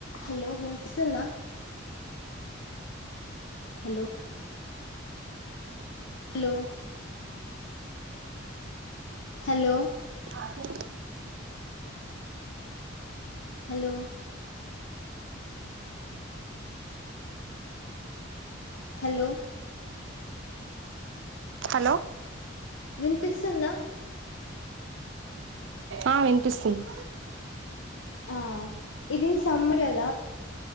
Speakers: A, on the left; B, on the right.
A: Hello వినిపిస్తుంద. Hello. Hello. Hello.
B: అదే.
A: Hello. Hello.
B: Hello.
A: వినిపిస్తుందా.
B: ఆహ్ వినిపిస్తుంది.
A: ఆహ్ ఇది సమ్మర్ కదా.